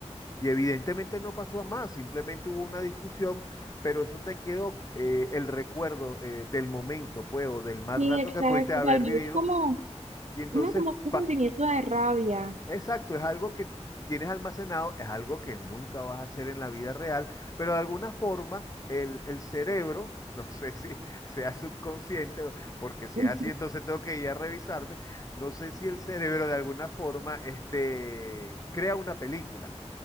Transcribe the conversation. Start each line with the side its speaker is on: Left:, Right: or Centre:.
Left: Y evidentemente no pasó a más, simplemente hubo una discusión, pero eso te quedó eh, el recuerdo eh, del momento, pues, o del mal
Right: Sí,
Left: rato
Right: exacto,
Left: que pudiste haber
Right: tal vez
Left: vivido.
Right: como,
Left: Y entonces,
Right: no, como un
Left: pa-
Right: sentimiento de rabia.
Left: exacto, es algo que tienes almacenado, es algo que nunca vas a hacer en la vida real, pero de alguna forma el, el cerebro, <laughs> no sé si sea subconsciente, o- porque si
Right: <laughs>
Left: es así, entonces tengo que ir a revisarme, no sé si el cerebro de alguna forma este, crea una película.